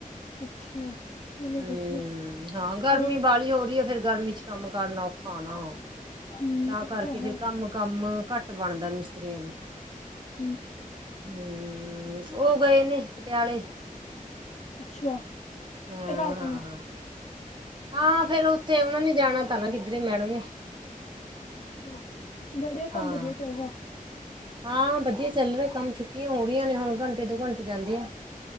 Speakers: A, on the left; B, on the right.
A: ਅੱਛਾ ਚਲੋ
B: ਹਮ
A: ਵਧੀਆ
B: ਹਾਂ, ਗਰਮੀ
A: ਹੋਰ
B: ਬਾਹਲੀ ਹੋ ਰਹੀ ਹੈ। ਫੇਰ ਗਰਮੀ ਚ ਕੰਮ ਕਰਨਾ ਔਖਾ ਨਾ,
A: ਹੂੰ
B: ਤਾਂ
A: ਉਹ
B: ਕਰਕੇ ਫੇਰ
A: ਹੈ
B: ਕੰਮ ਕੰਮ ਘੱਟ ਘਟ ਬਣਦਾ ਮਿਸਤਰੀਆਂ ਦਾ
A: ਹਮ
B: ਹਮ, ਉਹ ਗਏ ਨੇ ਪਟਿਆਲੇ।
A: ਅੱਛਾ
B: ਹਮ
A: ਰਾਤ
B: ਹਾਂ
A: ਨੂੰ
B: ਹਾਂ। ਹਾਂ, ਫੇਰ ਉੱਥੇ ਉਹਨਾ ਨੇ ਜਾਣਾ ਤਾਂ ਨਾ ਕਿੱਧਰੇ ਮੈਡਮ ਨੇ।
A: ਅੱਛਾ, ਵਧੀਆ ਕੰਮ
B: ਹਾਂ
A: ਵਧੀਆ ਚੱਲ ਰਿਹਾ?
B: ਹਾਂ, ਵਧੀਆ ਚੱਲ ਰਿਹਾ ਕੰਮ, ਛੁੱਟੀਆਂ ਹੋ ਰਹੀਆਂ ਨੇ ਹੁਣ ਘੰਟੇ ਦੋ ਘੰਟੇ ਜਾਂਦੇ ਆ।